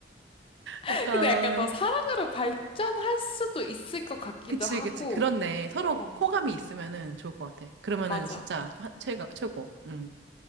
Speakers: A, on the left (about 30°); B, on the right (about 80°).
A: <laughs>
B: 약간,
A: 근데 약간 더 사랑으로 발전할 수도 있을 것 같기도
B: 그치,
A: 하고,
B: 그치. 그렇네. 서로
A: 어,
B: 호감이
A: 어,
B: 있으면은 좋을 것 같아. 그러면은
A: 맞아.
B: 진짜 최, 최고. 응.